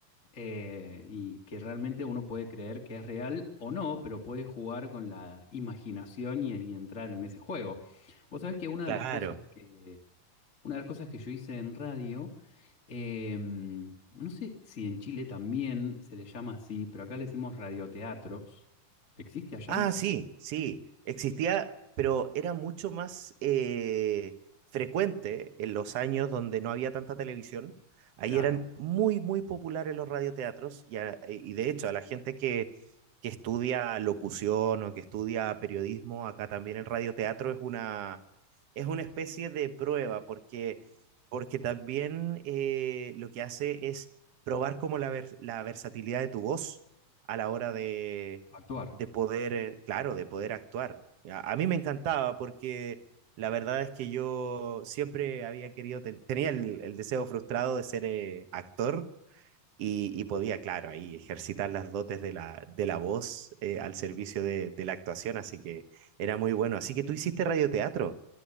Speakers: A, on the left; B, on the right.
A: eh, y que realmente uno puede creer que es real o no, pero puede jugar con la imaginación y, y entrar en ese juego. Vos sabés que una
B: claro.
A: de las cosas que una de las cosas que yo hice en radio, em, no sé si en Chile también se le llama así, pero acá le decimos radioteatros. ¿Existe allá?
B: Ah, sí, sí, existía, pero era mucho más eh, frecuente en los años donde no había tanta televisión. Ahí
A: Claro,
B: eran muy, muy populares los radioteatros y, a- y de hecho a la gente que, que estudia locución o que estudia periodismo, acá también el radioteatro es una, es una especie de prueba porque, porque también eh, lo que hace es probar como la, vers- la versatilidad de tu voz a la hora de
A: actuar.
B: de poder, eh, claro, de poder actuar. A, a mí me encantaba porque la verdad es que yo siempre había querido, te- tenía el, el deseo frustrado de ser eh, actor y, y podía, claro, ahí ejercitar las dotes de la, de la voz eh, al servicio de, de la actuación, así que era muy bueno. Así que tú hiciste radioteatro.